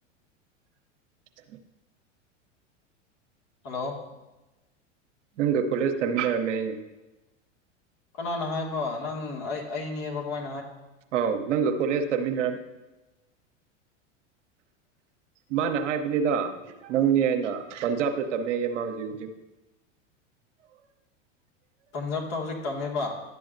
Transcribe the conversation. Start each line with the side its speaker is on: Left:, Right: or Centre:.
Right: <inaudible>
Left: ꯍꯜꯂꯣ
Right: ꯅꯪꯒ ꯀꯣꯂꯦꯖ ꯇꯝꯃꯤꯟꯅꯔꯝꯃꯦꯌꯦ
Left: ꯀꯅꯥꯅ ꯍꯥꯏꯕ ꯅꯪ ꯑꯩ ꯑꯩꯅꯦꯕ ꯀꯃꯥꯏ
Right: ꯑꯥꯎ ꯅꯪꯒ ꯀꯣꯂꯦꯖ ꯇꯝꯃꯤꯟꯅꯔ ꯃꯥꯅ ꯍꯥꯏꯕꯅꯤꯗ ꯅꯪꯅꯤ ꯑꯩꯅ ꯄꯟꯖꯥꯕꯇ ꯇꯝꯃꯦꯌꯦꯃ ꯍꯧꯖꯤꯛ ꯍꯧꯖꯤꯛ
Left: ꯄꯟꯖꯥꯕꯇ ꯍꯧꯖꯤꯛ ꯇꯝꯃꯦꯕ